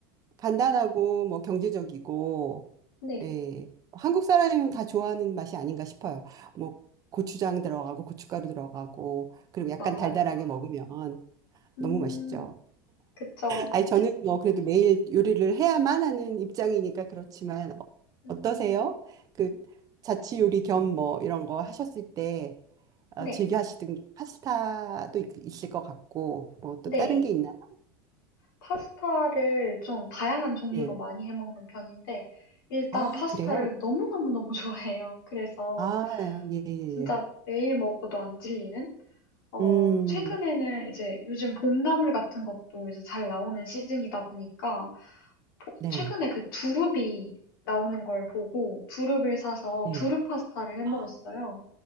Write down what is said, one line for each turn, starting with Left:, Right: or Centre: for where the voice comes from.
Right: 간단하고 뭐 경제적이고
Left: 네,
Right: 예. 한국 사람이면 다 좋아하는 맛이 아닌가 싶어요. 뭐 고추장 들어가고 고춧가루 들어가고 그리고 약간
Left: 맞아요.
Right: 달달하게 먹으면
Left: 음,
Right: 너무 맛있죠.
Left: 그쵸.
Right: 아니 저는 뭐 그래도 매일 요리를 해야만 하는 입장이니까 그렇지만 어-
Left: 음,
Right: 어떠세요? 그 자취 요리 겸 뭐 이런 거 하셨을 때 어,
Left: 네,
Right: 즐겨 하시던 게 파스타도 있, 있을 것 같고 뭐 또
Left: 네.
Right: 다른 게 있나요?
Left: 파스타를 좀 다양한 종류로
Right: 네.
Left: 많이 해 먹는 편인데, 일단
Right: 아,
Left: 파스타를
Right: 그래요?
Left: 너무너무너무 <laughs> 좋아해요. 그래서
Right: 아, 예, 예,
Left: 진짜
Right: 예.
Left: 매일 먹어도 안 질리는? 어,
Right: 음.
Left: 최근에는 이제 요즘 봄나물 같은 것도 이제 잘 나오는 시즌이다 보니까, 보-
Right: 네,
Left: 최근에 그 두릅이 나오는 걸 보고 두릅을 사서
Right: 네.
Left: 두릅 파스타를 해 먹었어요.
Right: 헉,